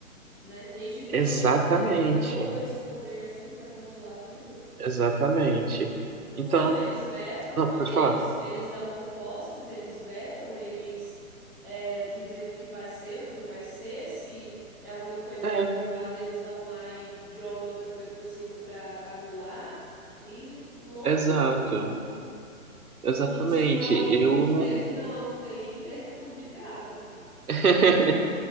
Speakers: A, in the centre; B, on the right.
A: né? Desde quando
B: exatamente,
A: o STF tem todo esse poder assim pra controlar tudo?
B: exatamente. Então,
A: tudo, eles vetam,
B: não, pode
A: eles,
B: falar.
A: eles dão propostas, eles vetam, eles é, dizem o que vai ser, o que não vai ser, se é alguma coisa
B: É,
A: é aprovada, eles vão lá e jogam outra coisa por cima para anular. E loucura
B: exato,
A: total.
B: exatamente.
A: Intima outros
B: Eu não,
A: dentro da UTI <laughs> é complicado.
B: <laughs>